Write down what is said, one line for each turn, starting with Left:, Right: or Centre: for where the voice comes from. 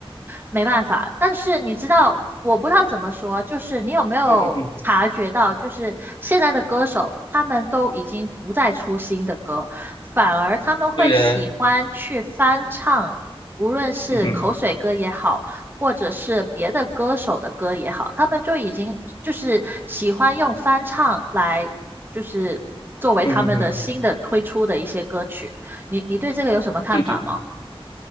Right: 没办法。但是你知道，我不知道怎么说，就是你有没有察觉到，
Left: 嗯哼哼，
Right: 就是现在的歌手他们都已经不再出新的歌，反而他们会喜欢去翻唱，
Left: 对啊，
Right: 无论是口水歌也好，
Left: 嗯哼
Right: 或者是别的歌手的歌也好，他们就已经就是喜欢用翻唱来，就是作为他们的新的推出的一些歌曲。
Left: 嗯哼哼，
Right: 你你对这个有什么看法吗？
Left: 对对对。